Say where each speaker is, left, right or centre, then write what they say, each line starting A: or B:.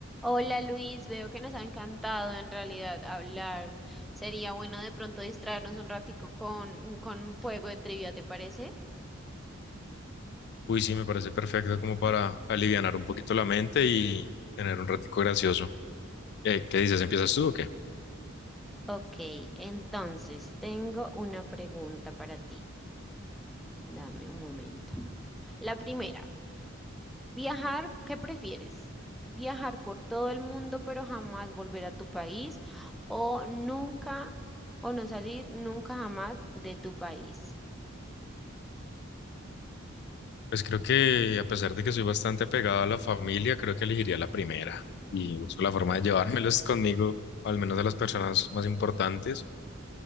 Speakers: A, in the centre; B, on the left (about 55°).
A: Hola Luis, veo que nos ha encantado en realidad hablar. Sería bueno de pronto distraernos un ratico con, con un juego de trivia, ¿te parece?
B: Uy, sí, me parece perfecto como para alivianar un poquito la mente y tener un ratico gracioso. Eh, ¿qué dices? ¿Empiezas tú o qué?
A: Ok, entonces tengo una pregunta para ti. Dame un momento. La primera, viajar, ¿qué prefieres? ¿Viajar por todo el mundo pero jamás volver a tu país o nunca, o no salir nunca jamás de tu país?
B: Pues creo que a pesar de que soy bastante apegado a la familia, creo que elegiría la primera y busco la forma de llevármelos <laughs> conmigo, al menos a las personas más importantes.